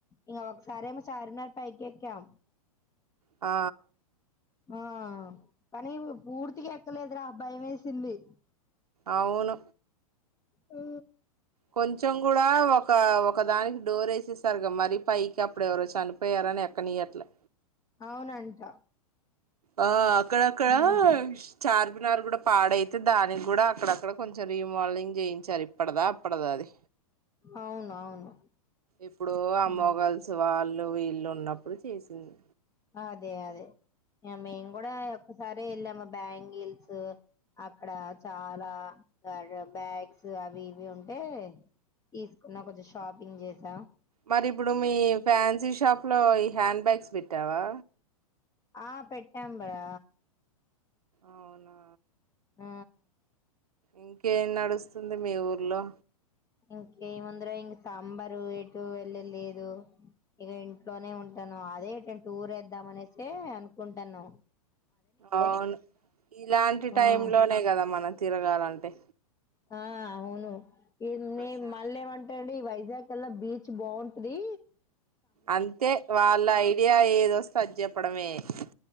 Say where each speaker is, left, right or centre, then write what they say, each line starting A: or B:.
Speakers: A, on the left; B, on the right.
A: ఇంగ ఒకసారి ఏమో చార్మినార్ పైకి ఎక్కాం
B: ఆ
A: ఆ కానీ పూర్తిగా ఎక్కలేదురా భయం వేసింది
B: అవును
A: ఆ
B: కొంచం కూడా ఒక ఒక దానికి డోర్ వేసేస్తారు కదా మరి పైకి అప్పుడు ఎవరో చనిపోయారని ఎక్కనియ్యట్లే
A: అవునంట
B: ఆ ఇక్కడ అక్కడ
A: ఉమ్,
B: ఆ చార్మినార్ చార్మినార్ కూడా పాడైతే దానికి కూడా అక్కడక్కడ కొంచెం రీమోడలింగ్ చేయించారు ఇప్పుడదా అప్పడదా అది
A: అవును అవును
B: ఎప్పుడో ఆ మొగల్స్
A: అను
B: వాళ్ళు వీళ్ళు ఉన్నప్పుడు చేసింది
A: అదే అదే ఆ మేం కూడా సరే వెళ్ళామా బ్యాంగిల్స్ అక్కడ చాలా బ్యాగ్స్ అవి ఇవి ఉంటే తీసుకున్నా కొంచెం షాపింగ్ చేసాం
B: మరి ఇప్పుడు మీ ఫ్యాన్సీ షాప్ లో హ్యాండ్ బ్యాగ్స్ పెట్టావా
A: ఆ పెట్టాం రా
B: అవునా
A: ఆ
B: ఇంకేం నడుస్తుంది మీ ఊర్లో
A: ఇంకే ఉంది రా ఇంక సమ్మర్ ఎటు వెళ్ళేదిలేదు ఇక ఇంట్లోనే ఉంటాను అదే టూర్ వేద్దాం అనేసి అనుకుంటాన్నామ్
B: అవును ఇలాంటి
A: ఆ
B: టైమ్ లోనే కదా మనం తిరగాలంటే
A: ఆ అవును ఇ న
B: ప్రశాంత్
A: మళ్ళీ ఏమంటాండి వైజాగ్ ఎలా బీచ్ బావుంటది
B: అంతే వాళ్ళ ఐడియా ఏదో తజప్పడమే <unintelligible>